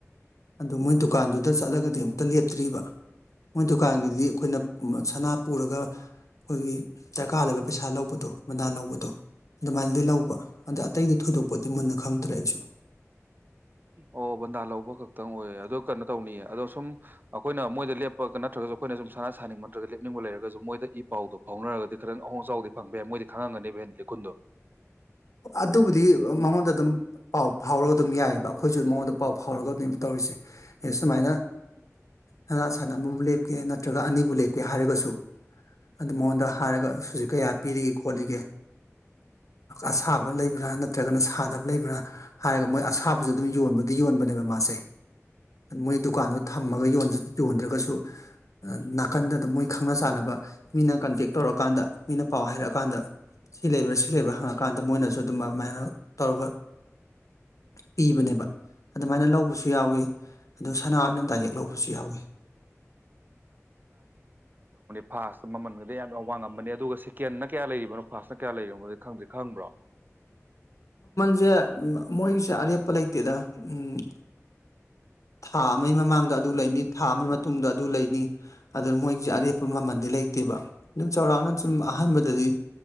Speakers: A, on the left; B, on the right.
A: ꯑꯗꯨ ꯃꯣꯏ ꯗꯨꯀꯥꯟꯗꯨꯗ ꯆꯠꯂꯒꯗꯤ ꯑꯃꯨꯛꯇ ꯂꯦꯞꯄ ꯇ꯭ꯔꯤꯕ ꯃꯣꯏ ꯗꯨꯀꯥꯟꯒꯤꯗꯤ ꯑꯩꯈꯣꯏꯅ ꯁꯅꯥ ꯄꯨꯔꯒ ꯑꯩꯈꯣꯏꯒꯤ ꯗꯔꯀꯥꯔꯗꯨꯗ ꯂꯩꯕ ꯄꯩꯁꯥ ꯂꯧꯕꯗꯣ ꯕꯗꯥꯟ ꯂꯧꯕꯗꯣ ꯑꯗꯨꯃꯥꯏꯅꯗꯤ ꯂꯧꯕ ꯑꯗ ꯑꯇꯩꯗꯤ ꯊꯣꯏꯗꯣꯛꯄꯗꯤ ꯃꯨꯟꯅ ꯈꯪꯗ꯭ꯔꯦ ꯑꯩꯁꯨ
B: ꯑꯣ ꯕꯟꯗꯥ ꯂꯧꯕ ꯈꯛꯇꯪ ꯑꯣꯏꯌꯦ ꯑꯣ ꯀꯩꯅꯣ ꯇꯧꯅꯤꯌꯦ ꯑꯗꯣ ꯁꯨꯝ ꯑꯩꯈꯣꯏꯅ ꯃꯣꯏꯗ ꯂꯦꯞꯄꯒ ꯅꯠꯇ꯭ꯔꯒꯁꯨ ꯑꯩꯈꯣꯏꯅ ꯁꯨꯝ ꯁꯥꯟꯅꯥ ꯁꯥꯅꯤꯡꯕ ꯅꯠꯇ꯭ꯔꯒ ꯂꯦꯞꯅꯤꯡꯕ ꯂꯩꯔꯒꯁꯨ ꯃꯣꯏꯗ ꯏ ꯄꯥꯎꯗꯣ ꯐꯥꯎꯅꯔꯒꯗꯤ ꯈꯤꯇꯪ ꯑꯍꯣꯡ ꯑꯆꯥꯎꯗꯤ ꯐꯪꯕ ꯌꯥꯏ ꯃꯣꯏꯗꯤ ꯈꯪꯉꯝꯒꯅꯦꯕ ꯍ ꯂꯤꯈꯨꯟꯗꯣ
A: ꯑꯗꯨꯕꯨꯗꯤ ꯃꯉꯣꯟꯗ ꯑꯗꯨꯝ ꯄꯥꯎ ꯐꯥꯎꯔꯒ ꯑꯗꯨꯝ ꯌꯥꯏꯑꯕ ꯑꯩꯈꯣꯏꯁꯨ ꯃꯉꯣꯟꯗ ꯄꯥꯎ ꯐꯥꯎꯔꯒ ꯑꯗꯨꯃ ꯇꯧꯔꯤꯁꯦ ꯑꯦ ꯁꯨꯃꯥꯏꯅ ꯁꯅꯥ ꯁꯟ ꯑꯃꯕꯨ ꯂꯦꯞꯀꯦ ꯅꯠꯇ꯭ꯔꯒ ꯑꯅꯤꯕꯨ ꯂꯦꯞꯀꯦ ꯍꯥꯏꯔꯒꯁꯨ ꯑꯗꯨ ꯃꯉꯣꯟꯗ ꯍꯥꯏꯔꯒ ꯍꯧꯖꯤ ꯀꯌꯥ ꯄꯤꯔꯤꯒꯦ ꯈꯣꯠꯂꯤꯒꯦ ꯑꯁꯥꯕ ꯂꯩꯕ꯭ꯔꯥ ꯅꯠꯇ꯭ꯔꯒꯅ ꯁꯥꯗꯕ ꯂꯩꯕ꯭ꯔꯥ ꯍꯥꯏꯔꯒ ꯃꯣꯏ ꯑꯁꯥꯕꯁꯨ ꯑꯗꯨꯝ ꯌꯣꯟꯕꯗꯤ ꯌꯣꯟꯕꯅꯦꯕ ꯃꯥꯁꯦ ꯃꯣꯏ ꯗꯨꯀꯥꯟꯗꯣ ꯊꯝꯃꯒ ꯌꯣꯟꯗ꯭ꯔꯒꯁꯨ ꯅꯥꯀꯟꯗ ꯑꯗꯨꯝ ꯃꯣꯏ ꯈꯪꯅ ꯆꯥꯟꯅꯕ ꯃꯤꯅ ꯀꯟꯇꯦꯛ ꯇꯧꯔꯛꯑꯀꯥꯟꯗ ꯃꯤꯅ ꯄꯥꯎ ꯍꯥꯏꯔꯛꯑꯀꯥꯟꯗ ꯁꯤ ꯂꯩꯕ꯭ꯔꯥ ꯁꯤ ꯂꯩꯕ꯭ꯔꯥ ꯍꯪꯉꯛꯄ ꯀꯀꯥꯟꯗ ꯃꯣꯏꯅꯁꯨ ꯑꯗꯨꯝ ꯑꯗꯨꯃꯥꯏꯅ ꯇꯧꯕ ꯄꯤꯕꯅꯦꯕ ꯑꯗꯨꯃꯥꯏꯅ ꯂꯧꯕꯁꯨ ꯌꯥꯎꯋꯤ ꯑꯗꯣ ꯁꯅꯥꯅ ꯗꯥꯏꯔꯦꯛ ꯂꯧꯕꯁꯨ ꯌꯥꯎꯋꯤ
B: ꯐꯥꯁ ꯃꯃꯟꯒꯗꯤ ꯌꯥꯝꯅ ꯋꯥꯡ ꯉꯝꯕ ꯑ ꯑꯗꯨꯒ ꯁꯤꯀꯦꯟꯅ ꯀꯌꯥ ꯂꯩꯔꯤꯕꯅꯣ ꯐꯁꯇꯥ ꯀꯌꯥ ꯂꯩꯔꯝꯒ ꯈꯪꯗ꯭ꯦ ꯈꯪꯕ꯭ꯔꯣ
A: ꯁꯦ ꯃꯣꯏꯁꯦ ꯑꯔꯦꯞꯄ ꯂꯩꯇꯦꯗ ꯎꯝ ꯊꯥ ꯑꯃꯒꯤ ꯃꯃꯥꯡꯗ ꯑꯗꯨ ꯂꯩꯅꯤ ꯊꯥ ꯑꯃꯒꯤ ꯃꯇꯨꯡꯗ ꯑꯗꯨ ꯂꯩꯅꯤ ꯑꯗꯨ ꯃꯣꯏꯒꯤꯁꯦ ꯑꯔꯦꯞꯄ ꯃꯃꯜꯗꯤ ꯂꯩꯇꯦꯕ ꯑꯗꯨꯝ ꯆꯥꯎꯔꯥꯛꯅ ꯁꯨꯝ ꯑꯍꯥꯟꯕꯗꯗꯤ